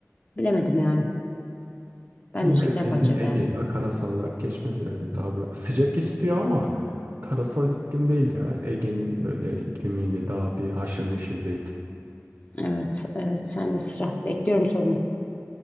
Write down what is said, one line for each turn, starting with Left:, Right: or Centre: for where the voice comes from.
Left: bilemedim yani. Ben
Right: Yine
Left: de şeker
Right: zeytin
Left: pancarı
Right: Ege
Left: derdim.
Right: ya. Karasal olarak geçmez herhalde. Daha böyle sıcak istiyor ama karasal iklim değil ya. Ege'nin böyle iklimiyle daha bir haşır neşir zeytin.
Left: Evet, evet sen de sıra. Bekliyorum sorumu.